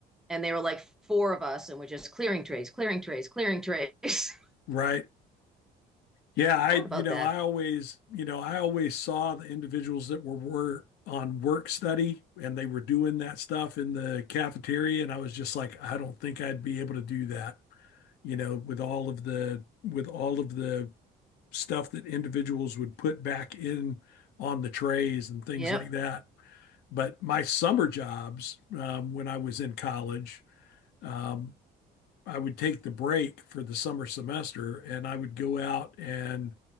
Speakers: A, in the centre; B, on the left (about 80°).
A: and they were like four of us, and we're just clearing trays, clearing trays, clearing trays. <laughs>
B: Right. Yeah, I,
A: Proud
B: you
A: about
B: know,
A: that.
B: I always, you know, I always saw the individuals that were, were on work study and they were doing that stuff in the cafeteria. And I was just like, I don't think I'd be able to do that, you know, with all of the, with all of the stuff that individuals would put back in on the trays and things
A: Yep.
B: like that. But my summer jobs, um, when I was in college, um, I would take the break for the summer semester and I would go out and